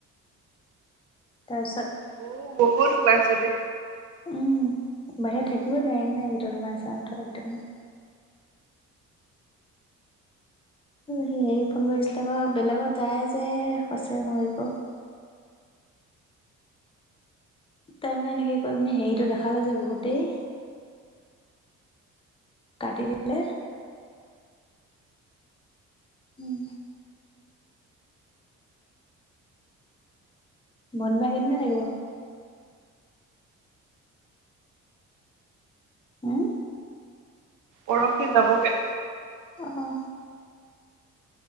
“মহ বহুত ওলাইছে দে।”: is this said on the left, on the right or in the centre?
Right